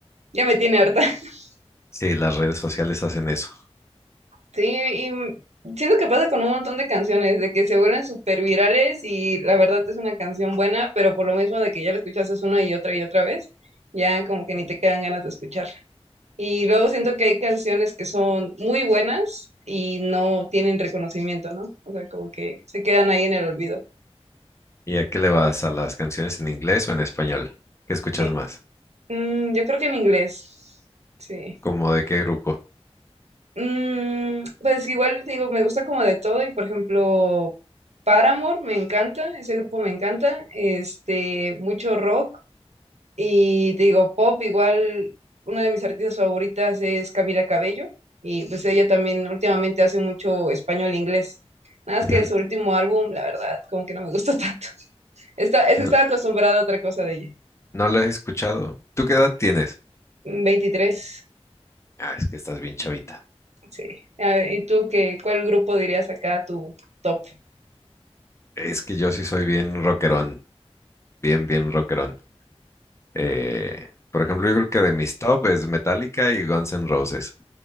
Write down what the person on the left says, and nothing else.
Sí, las redes sociales hacen eso.
¿Y a qué le vas? ¿A las canciones en inglés o en español? ¿Qué escuchas
más?
¿Cómo de qué grupo?
Ujú.
No,
no las he escuchado. ¿Tú qué edad tienes?
Ah, es que estás bien chavita.
Es que yo sí soy bien rockerón, bien, bien rockerón. Eh, por ejemplo, yo creo que de mis top es Metallica y Guns N' Roses,